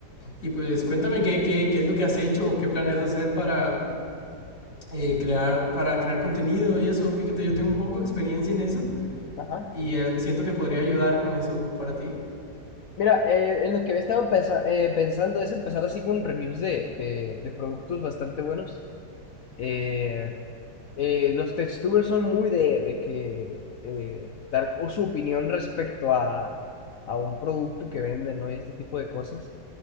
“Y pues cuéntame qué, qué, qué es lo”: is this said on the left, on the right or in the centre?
Left